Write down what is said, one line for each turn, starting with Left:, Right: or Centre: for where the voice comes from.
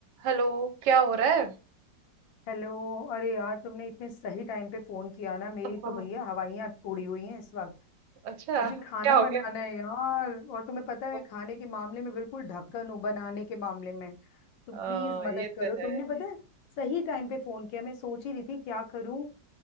Right: Hello क्या हो रहा है
Left: Hello अरे यार तुमने इतने सही टाइम पे फोन किया ना मेरी
Right: ओह,
Left: तो भैया हवाइयाँ उड़ी हुई हैं इस वक्त
Right: अच्छा
Left: मुझे खाना
Right: क्या हो
Left: बनाना
Right: गया
Left: है यार और तुम्हें पता है मैं
Right: ओह,
Left: खाने के मामले में बिल्कुल ढक्कन हूँ बनाने के मामले में तो प्लीज
Right: आ, ये
Left: मदद करो
Right: तो है
Left: तुमने पता है सही टाइम पे फोन किया मैं सोच ही रही थी क्या करूं